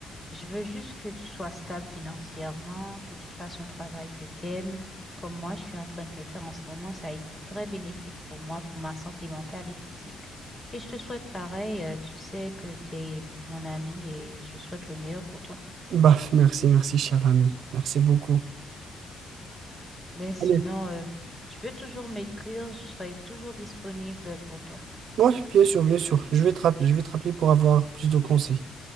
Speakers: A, on the left (about 20°); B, on the right (about 70°).
A: Je veux juste que tu sois stable financièrement, que tu fasses un travail que tu aimes. Comme moi, je suis en train de le faire en ce moment, ça a été très bénéfique pour moi, pour ma santé mentale et physique. Et je te souhaite pareil, euh, tu sais que tu es mon ami et je souhaite le meilleur pour toi.
B: Baf, merci, merci, cher ami. Merci beaucoup.
A: Mais sinon,
B: Allez.
A: euh, tu peux toujours m'écrire, je serai toujours disponible pour toi.
B: Oui, bien sûr, bien sûr. Je vais te rappeler, je vais te rappeler pour avoir plus de conseils.